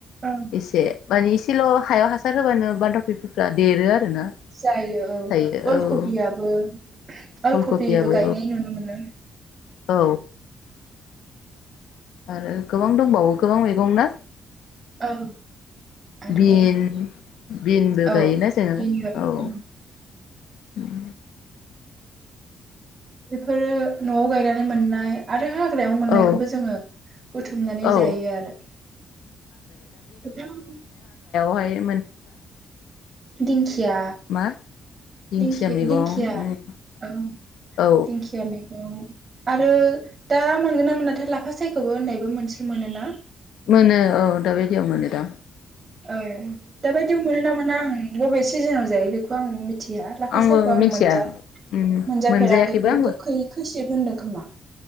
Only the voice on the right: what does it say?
ओं
जायो औ
अल
कबियाबो अल
कबिबो गायनाय नुनो मोनो।
औ आरो
औ
बेनिबो नुयो
बेफोरो न'आव गायनानै मोननाय आरो हाग्रायाव मोननायखौबो
जोङो बुथुमनानै
जायो आरो गोबां
दिंखिया
दिखि-दिंखिया
औ दिंखिया
मैग औ आरो दा मोनगोन ना मोनाथाय लाफा सायखोबो होननायबो मोनसे मोनोना।
औ दााबायदियाव मोनोना मोना आं बबे सिजोनाव जायो? बेखौ आं मिथि या लाफा
सायख' आं
मोनजा
मोनजाफेराखैबो
गोखै खैसिब सिब होनदों खोमा?